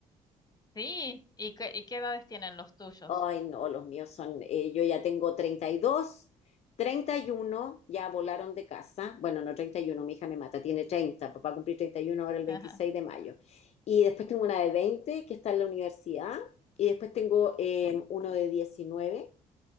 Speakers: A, on the left; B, on the left.
A: Sí, ¿y qué, y qué edades tienen los tuyos?
B: Ay, no, los míos son, eh, yo ya tengo treinta treinta y dos, treinta y uno ya volaron de casa. Bueno, no 31, mi hija me mata, tiene 30. papá va a cumplir 31 ahora el 26
A: <laughs>
B: de mayo. Y después tengo una de 20 que está en la universidad y después tengo eh, uno de 19,